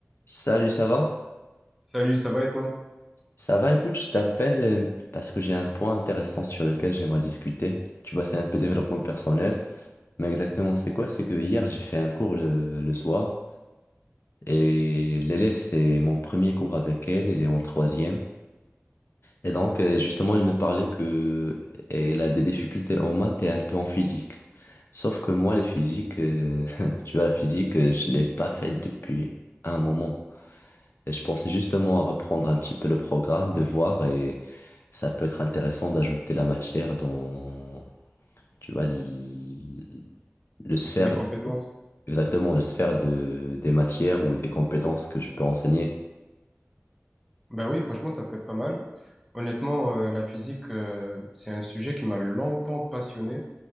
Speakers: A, on the left; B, in the centre.
A: Salut, ça va?
B: Salut, ça va et toi?
A: Ça va, écoute, je t'appelle euh, parce que j'ai un point intéressant sur lequel j'aimerais discuter. Tu vois, c'est un peu développement personnel, mais exactement c'est quoi? C'est que hier, j'ai fait un cours le, le soir et l'élève, c'est mon premier cours avec elle, elle est en troisième. Et donc, euh, justement, elle me parlait que elle a des difficultés en maths et un peu en physique. Sauf que moi, les physiques, euh, <laughs> tu vois, la physique, euh, je l'ai pas faite depuis un moment. Et je pensais justement à reprendre un petit peu le programme, de voir, et ça peut être intéressant d'ajouter la matière dans, tu vois, l- le sphère,
B: Les compétences?
A: exactement, le sphère de, des matières ou des compétences que je peux enseigner.
B: Ben oui, franchement, ça peut être pas mal. Honnêtement, euh, la physique, euh, c'est un sujet qui m'a longtemps passionné,